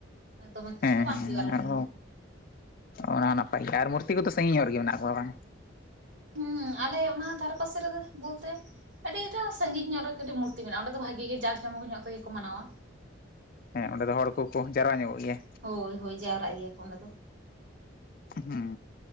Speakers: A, on the right; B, on the left.
A: ᱫᱚᱢᱮ ᱠᱤᱪᱷᱩ
B: ᱦᱮᱸ
A: ᱫᱚ ᱵᱟᱝ
B: ᱦᱮᱸ
A: ᱦᱩᱭᱩᱜᱼᱟ ᱟᱞᱮ
B: ᱟᱨ
A: ᱴᱷᱮᱱ ᱫᱚ
B: ᱚᱱᱟ ᱦᱚᱸ ᱱᱟᱯᱟᱭ ᱜᱮ ᱟᱨ ᱢ ᱢᱩᱨᱛᱤ ᱠᱚᱫᱚ ᱥᱟᱺᱟᱹᱜᱤᱧᱚᱜ ᱜᱮᱮ ᱢᱮᱱᱟᱜ ᱠᱚᱣᱟ ᱵᱟᱝ
A: ᱦᱩᱸ ᱟᱞᱮ ᱚᱱᱟ ᱫᱷᱟᱨᱮ ᱯᱟᱥᱮ ᱨᱮᱫᱚ ᱵᱚᱞᱛᱮ ᱟᱹᱰᱤᱴᱟ ᱥᱟᱺᱜᱤᱧ ᱧᱚᱜ ᱨᱮᱴᱤᱡ ᱢᱩᱨᱛᱤ ᱢᱮᱱᱟᱜᱼᱟ ᱚᱸᱰᱮ ᱫᱚ ᱵᱷᱟᱜᱤ ᱜᱮ ᱡᱠᱧ ᱢᱚᱠ ᱧᱚᱜ ᱛᱮ ᱜᱮᱠᱚ ᱢᱟᱱᱟᱣᱟ
B: ᱦᱮᱸ ᱚᱸᱰᱮ ᱫᱚ ᱦᱚᱲ ᱠᱚᱠᱚ ᱡᱟᱣᱨᱟ ᱧᱚᱜᱚᱜ ᱜᱮᱭᱟ
A: ᱦᱳᱭ ᱦᱳᱭ ᱡᱟᱣᱨᱟᱜ ᱜᱮᱭᱟ ᱠᱚ ᱚᱸᱰᱮ ᱫᱚ
B: ᱦᱩᱸ